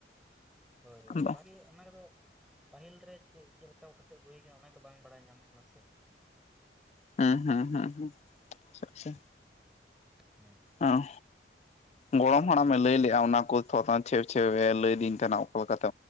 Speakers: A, in the centre; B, on the left.
A: ᱦᱳᱭ
B: ᱦᱩᱸ
A: ᱚᱱᱟᱜᱮ ᱚᱱᱟ ᱠᱚᱫᱚ ᱯᱟᱹᱦᱤᱞ ᱨᱮ ᱪᱮᱜ ᱪᱮᱜ ᱞᱮᱠᱟ ᱠᱟᱛᱮᱜ ᱦᱩᱭ ᱠᱟᱱᱟ᱾ ᱚᱱᱟᱜᱮ ᱵᱟᱝ ᱵᱟᱲᱟᱭ ᱧᱟᱢ ᱠᱟᱱᱟ ᱥᱮ᱾
B: ᱦᱩᱸᱻᱦᱩᱸᱻᱦᱩᱸᱻᱦᱚᱸ, ᱟᱪᱪᱷᱟ᱾
A: ᱦᱮᱸ
B: ᱚᱻ ᱜᱚᱲᱚᱢ ᱦᱟᱲᱟᱢᱮ ᱞᱟᱹᱭ ᱞᱮᱜᱼᱟ᱾ ᱚᱱᱟ ᱠᱚ ᱛᱚ ᱪᱷᱮᱯ ᱪᱷᱮᱯ ᱮ ᱞᱟᱹᱭ ᱟᱫᱤᱧ ᱛᱟᱦᱮᱱᱟ᱾ ᱚᱠᱟ ᱞᱮᱠᱟᱛᱮ